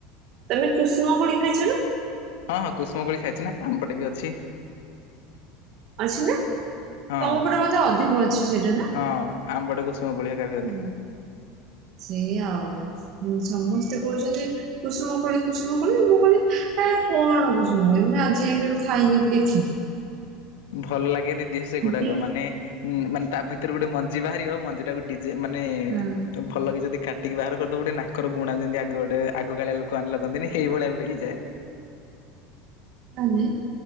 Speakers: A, on the right; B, on the left.
A: ତମେ କୁସୁମ କ ଖାଇଛ ନା?
B: ହଁ ହଁ କୁସୁମ କୋଳି ଖାଇଛି ନା ଆମ ପଟେ ବି ଅଛି।
A: ଅଛି ନା?
B: ହଁ।
A: ତମ ଉପ ମଧ ଅଧିକ ଅଛି ସେଇଟା ନା ହ।
B: ହଁ ଆମ୍ବଟେ କୁସୁମ କୋଳି ହେକା ବି ଅଧିକ
A: ସେଇ ଆଉ ସମସ୍ତେ କହୁଛନ୍ତି କୁସୁମ କଳି କୁସୁମ କଳି ମୁଁ କହିଲି କଣ କୁସୁମ କହ ମୁଁ ଆଜି ଯାଇକି ଏ ଖାଇନିକ ଦେଖିନି।
B: ଭଲ ଲାଗେ ଦିଦି ସେଗୁଡାକ
A: କି
B: ମାନେ ଉଁ ମାନେ ତା ଭିତରେ ଗୋଟେ ମଞ୍ଜି ବାହାରିବ ମଞ୍ଜି ଟା ଗୋଟେ ମାନେ
A: ହଁ
B: ଭଲ ଲ କି ଯଦି କାଟିକି ବାହାର କରିଦବ ଗୋଟେ ନାକର ଗୁଣା ଯେମିତିଗ ଗୋଟେ ଆଗକାଳିଆ ଲୋକମାନେେ ଲଗନ୍ତିନିଇ ଭଳିଆ ଗୋଟେଇଯାଏ।
A: ନାେ <inaudible>